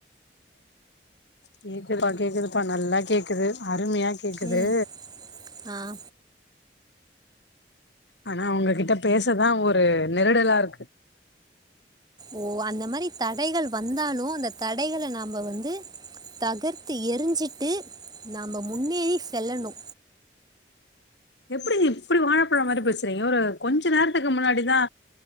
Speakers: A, on the left; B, on the right.
A: கேக்குதுப்பா கேக்குதுப்பா நல்லா கேக்குது. அருமையா கேக்குது.
B: ம் ஆ
A: ஆனா அவுங்ககிட்ட பேசதா ஒரு நெருடலா இருக்கு.
B: ஓ அந்த மாரி தடைகள் வந்தாலோ அந்த தடைகள நாம வந்து தகர்த்து எரிஞ்சிட்டு நாம முன்னேறி செல்லனோ
A: எப்படி நீ இப்படி வாழைப்பழ மாரி பேசுறீங்க. ஒரு கொஞ்ச நேரத்துக்கு முன்னாடிதா